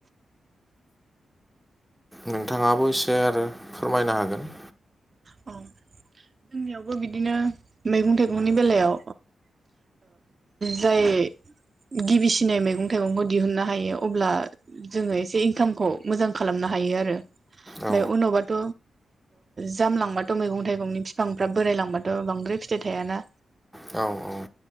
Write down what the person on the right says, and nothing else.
अ' <inaudible> जोंनियावबो बिदिनो मैगं थाइगंनि बेलायाव जाय गिबिसिन फिसिनाय मैगं थाइगंखौ दिहुननो हायो अब्ला जोङो एसे इनकामखौ मोजां खालामनो हायो आरो ओमफ्राय
उनावबाथ' जामलांबाथ' मैगं थाइगंनि फि बिफांफ्रा बोराय लांबाथ' बांद्राय फिथाइ थायाना